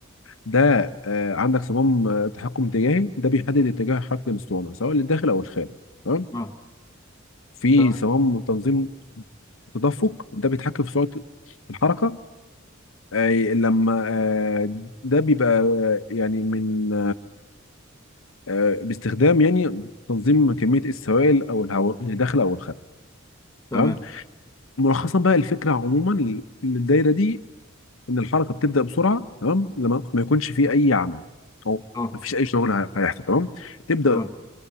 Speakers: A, on the left; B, on the left.
A: ده آه، عندك صمام آه، تحكم اتجاهي ده بيحدد اتجاه حركه الاسطوانه سواء للداخل او الخارج تمام
B: اه
A: في
B: تمام
A: صمام تنظيم تدفق ده بيتحكم في سرعه الحركه آه، لما آه، ده بيبقى آه، يعني من آه، باستخدام يعني تنظيم كميه السوائل او الهواء اللي داخله او الخارجه
B: تمام
A: تمام ملخصا بقى الفكره عموما للدايره دي ان الحركه بتبدا بسرعه تمام لما ما يكونش فيه اي عمل او
B: اه
A: ما فيش اي شغل هي- هيحصل تمام تبدا
B: تمام